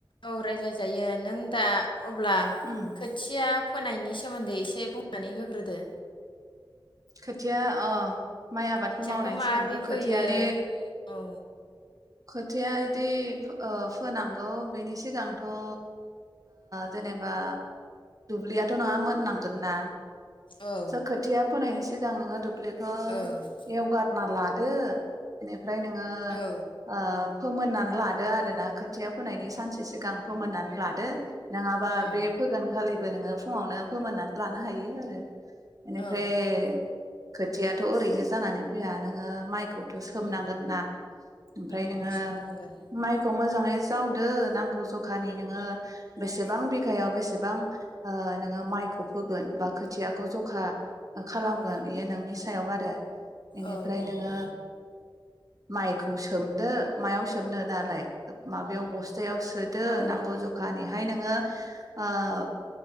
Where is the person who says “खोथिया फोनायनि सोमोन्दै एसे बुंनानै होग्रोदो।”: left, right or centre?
Left